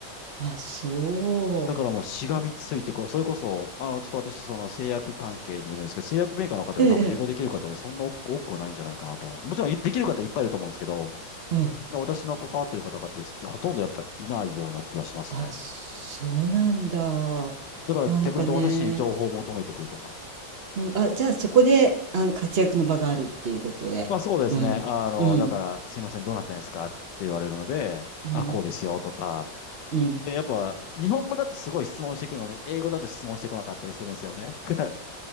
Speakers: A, on the right; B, on the left.
A: あ、そ
B: だからもうしがみついて、
A: う。
B: こうそれこそ、あの、ちょっと私、その製薬関係にいるんですけど、製薬メーカーの方で多分英語できる方でそんな多く多くはないんじゃないかなと思います。
A: ええ、ええ
B: もちろんいできる方いっぱいいると思うんですけど、
A: うん。
B: で私の関わってる方々ですけど、ほとんどやっぱいないような気がしますね。
A: あ、そうなんだ。
B: だから逆に言うと私に情報を求めてくるとか。
A: なんかね、うん、あ、じゃあそこで、あの、活躍の場があるっていうことで。
B: まあそうですね。
A: うん、
B: あの、
A: うん、
B: だから、すいません、どうなったんですかって言われるので、
A: うん、
B: あ、こうですよとか。
A: うん。
B: で、やっぱ、日本語だとすごい質問していくのに、英語だと質問してこなかったりするんですよね。<laughs> だから